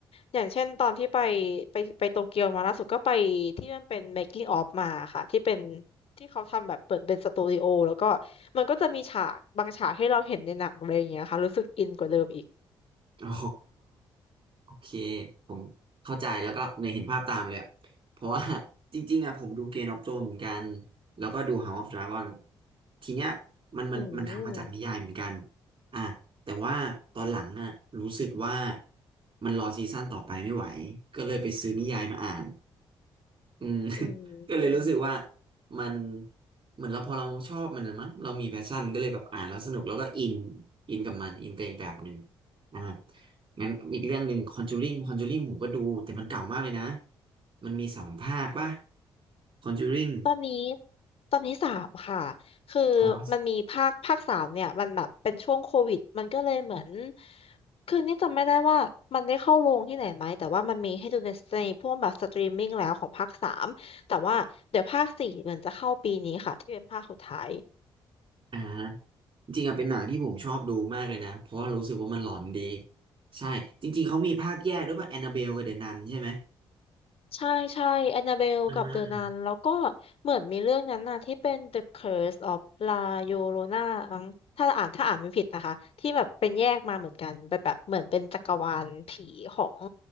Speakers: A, on the left; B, on the right.
A: อย่างเช่นตอนที่ไปไปไปโตเกียวมาล่าสุดก็ไปที่มันเป็น making of มาค่ะที่เป็นที่เขาทำแบบเปิดเป็นสตูดิโอแล้วก็มันก็จะมีฉากบางฉากให้เราเห็นในหนังอะไรอย่างเงี้ยค่ะรู้สึกอินกว่าเดิมอีก
B: อ๋อ โอเคผมเข้าใจแล้วก็ในยเห็นภาพตามเลยอะเพราะว่า <laughs> จริงๆอะผมดู Game of Thrones เหมือนกันแล้วก็ดู House of Dragon ทีเนี้ยมันมันมันทำมาจากนิยายเหมือนกัน
A: อืม
B: อ่ะแต่ว่าตอนหลังอะรู้สึกว่ามันรอซีซั่นต่อไปไม่ไหวก็เลยไปซื้อนิยายมาอ่าน อืม <laughs>
A: อืม
B: ก็เลยรู้สึกว่ามันเหมือนเราพอเราชอบมันนะมั้งเรามีแพชชั่นก็เลยแบบอ่านแล้วสนุกแล้วก็อินอินกับมันอินไปอีกแบบหนึ่งอ่างั้นอีกเรื่องหนึ่งคอนจูริงคอนจูริงผมก็ดูแต่มันเก่ามากเลยนะมันมีสองภาคป่ะคอนจูริง
A: ตอนนี้ตอนนี้สามค่ะคือ
B: ออส
A: มันมีภาคภาคสามเนี่ยมันแบบเป็นช่วงโควิดมันก็เลยเหมือนคือนี่จำไม่ได้ว่ามันได้เข้าโรงที่ไหนไหมแต่ว่ามันมีให้ดูในในพวกแบบสตรีมมิ่งแล้วของภาคสามแต่ว่าเดี๋ยวภาคสี่เหมือนจะเข้าปีนี้ค่ะที่เป็นภาคสุดท้าย
B: อ่าจริงๆอะเป็นหนังที่ผมชอบดูมากเลยนะเพราะว่ารู้สึกว่ามันหลอนดีใช่จริงๆเขามีภาคแยกด้วยป่ะแอนนาเบลกับเดอะนันใช่ไหม
A: ใช่ใช่แอนนาเบลกับเดอะนันแล้วก็
B: อ่า
A: เหมือนมีเรื่องนั้นน่ะที่เป็น The Curse of La Llorona มั้งถ้าอ่านถ้าอ่านไม่ผิดนะคะที่แบบเป็นแยกมาเหมือนกันแบบแบบเหมือนเป็นจักรวาลผีของ